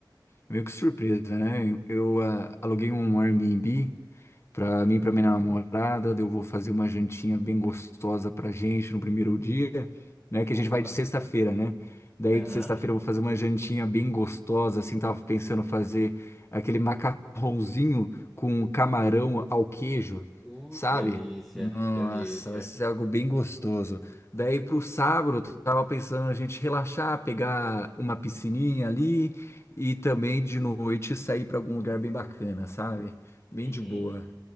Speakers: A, on the left; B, in the centre.
A: meio que surpresa, né? Eu, ah, aluguei um Airbnb para mim, para minha namorada, eu vou fazer uma jantinha bem gostosa pra gente no primeiro dia, né? Que
B: Opa.
A: a gente vai de sexta-feira, né? Daí
B: Aham.
A: de sexta-feira eu vou fazer uma jantinha bem gostosa, assim, tava pensando fazer aquele macarrãozinho com camarão ao queijo,
B: Uh,
A: sabe?
B: que delícia.
A: Nossa,
B: Delícia.
A: vai ser algo bem gostoso. Daí pro sábado, eu tava pensando a gente relaxar, pegar uma piscininha ali e também de noite sair pra algum lugar bem bacana, sabe? Bem
B: Uhum.
A: de boa.